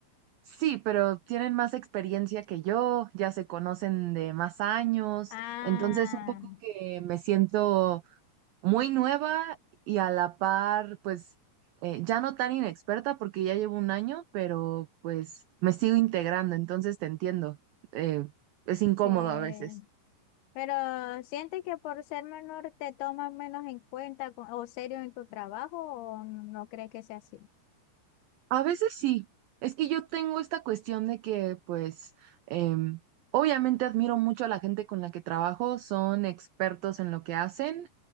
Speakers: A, on the right (about 75°); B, on the left (about 75°).
A: sí, pero tienen más experiencia que yo, ya se conocen de más años,
B: Ah,
A: entonces un poco que me siento muy nueva y a la par, pues eh, ya no tan inexperta porque ya llevo un año, pero pues me sigo integrando, entonces te entiendo. Eh, es incómodo
B: sí.
A: a veces.
B: Pero ¿sientes que por ser menor te toman menos en cuenta co- o serio en tu trabajo o no crees que sea así?
A: A veces sí. Es que yo tengo esta cuestión de que, pues, em, obviamente admiro mucho a la gente con la que trabajo, son expertos en lo que hacen,